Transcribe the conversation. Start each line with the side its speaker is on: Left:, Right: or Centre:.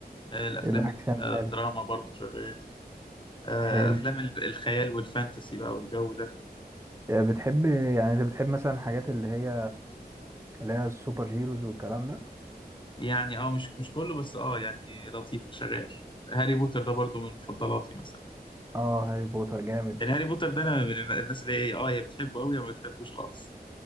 Left: آه، الافلام
Right: الاكشن
Left: اللي فيها
Right: حلو
Left: دراما برضه شغال آه،
Right: حلو
Left: افلام ال- الخيال والفانتسي بقى والجو ده
Right: آه، بتحب يعني انت بتحب مثلا الحاجات اللي هي اللي هي السوبر هيروز والكلام ده
Left: يعني اه مش مش كله بس اه يعني لطيفة شغال هاري بوتر ده برضو من مفضلاتي مثلا
Right: اه هاري بوتر جامد
Left: يعني هاري بوتر ده انا من الناس اللي هي اه يا بتحبه قوي يا ما بتحبوش خالص